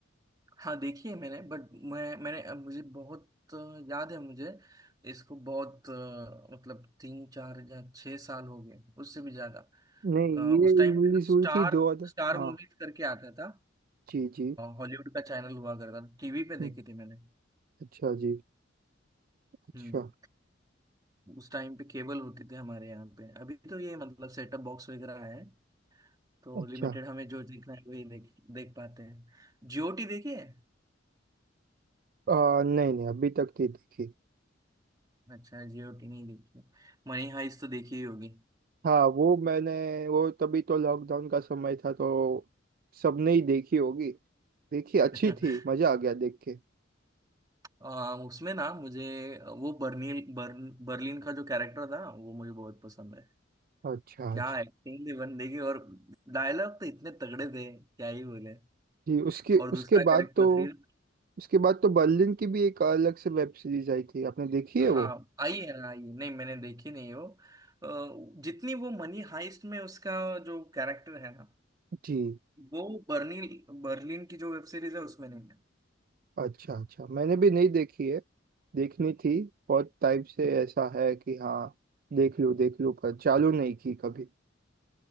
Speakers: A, on the right; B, on the right.
A: हाँ देखी है मैंने बट मैं मैंने मुझे बहुत अ, याद है मुझे इसको बहुत अ, मतलब तीन चार या छः साल हो गए उससे भी ज्यादा
B: नहीं ये
A: अ, उस टाइम
B: रिलीज
A: पे
B: हुई
A: स्टार
B: थी दो हजार
A: स्टार
B: हाँ
A: मूवीज करके आता था
B: जी जी
A: हॉलीवुड का चैनल हुआ करता था टीवी पे देखी
B: हम्म,
A: थी मैंने
B: अच्छा जी अच्छा
A: हम्म उस टाइम पे केबल होते थे हमारे यहाँ पे अभी तो ये मतलब सेटअप बॉक्स वगैरह आया है तो
B: अच्छा
A: लिमिटेड हमें जो देखना है वही देख देख पाते हैं जियोटी देखी है
B: आ, नहीं नहीं अभी तक नहीं देखी
A: अच्छा जियोटी नहीं देखी मनी हाइस्ट तो देखी ही होगी
B: हाँ वो मैंने वो तभी तो लॉकडाउन का समय था तो सबने ही देखी होगी देखी
A: <laughs>
B: अच्छी थी मजा आ गया देख के
A: आ, उसमें ना मुझे वो बर्नील बर्न बर्लिन का जो कैरेक्टर था वो मुझे बहुत पसंद है
B: अच्छा
A: क्या
B: अच्छा
A: एक्टिंग थी बंदे की और डायलॉग तो इतने तगड़े थे क्या ही बोले
B: जी उसके
A: और दूसरा
B: उसके बाद
A: कैरेक्टर
B: तो
A: फिर
B: उसके बाद तो बर्लिन की भी एक अलग से वेब सीरीज आई थी आपने देखी
A: हाँ
B: है वो
A: आई है ना आई नहीं मैंने देखी नहीं हो अ, जितनी वो मनी हाइस्ट में उसका जो कैरेक्टर है ना
B: जी
A: वो बर्लिन बर्लिन की जो वेब सीरीज है उसमें नहीं है
B: अच्छा अच्छा मैंने भी नहीं देखी है देखनी थी बहुत टाइम से ऐसा है कि हाँ देख लूँ देख लूँ पर चालू नहीं की कभी